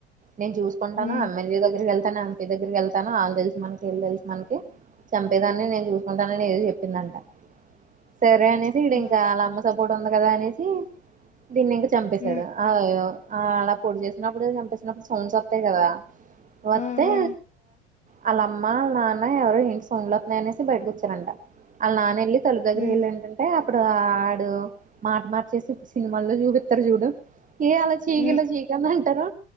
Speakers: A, on the right; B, on the left.
A: నేను చూకుంటాను
B: హ్మ్.
A: ఎమ్మెలే దగ్గర వెళ్ తన అంపీ దగ్గరికి వెళ్తాను వాళ్ళ తెలిసు మనకి ఇళ్ళు తెలుసు మనకి చంపేదాన్ని నేను చూసుకుంటానని ఏది చెప్పిందంట సరే అనేసి ఇడ
B: ఆ!
A: ఇంకాాల అమ్మ సపోర్ట్ ఉంది కదా అనేసి దీన్ని ఇంకా చంపేశాడు
B: హ్మ్.
A: అయ్యో ఆ అలా పొడి చేసినప్పుడు చంపేసినప్పుడు సౌండ్స్ వస్తాయి కదా వత్తే
B: ఆ! ఆ!
A: వాళ్ అమ్మ వాళ్ నాన్న ఎవరు ఇంటి సోన్లు వతున్నాయనేసి బయటకు వచ్చారంట వాళ్ నాన్న వెళ్ళి తలు దగర
B: హ్మ్.
A: వెళ్ళ ఏంటే ఇప్పుడు ఆ ఇడు మాట మార్చేసి ఇప్పుడు సినిమాల్లో చూపిస్తారు చూడు ఏ ఆలో చికిలోక
B: హ్మ్.
A: చికన్న తరు